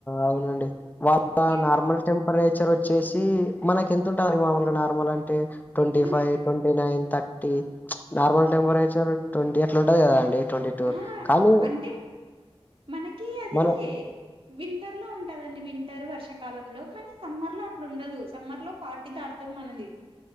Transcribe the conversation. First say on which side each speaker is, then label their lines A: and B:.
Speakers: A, on the left (about 15°); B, on the right (about 60°).
A: అవునండి వాళ్ళ
B: ఎన్
A: నార్మల్ టెం పరేచర్ ఒచ్చేసి మనకి ఎంత ఉంటది అండి మాములుగ నార్మల్ అంటే ట్వంటీ
B: మనకి
A: ఫైవ్ twenty nine thirty normal temperature twenty అట్ల ఉంటది కదండి ట్వంటీ టూ
B: ఆహా
A: కానీ
B: అంటే మనకి అది
A: మన
B: వింటర్లో ఉంటదండి వింటర్ వర్షకాలంలో కానీ సమ్మర్లో అట్ల ఉండదు సమ్మర్లో ఫార్టీ దాటుతది మనది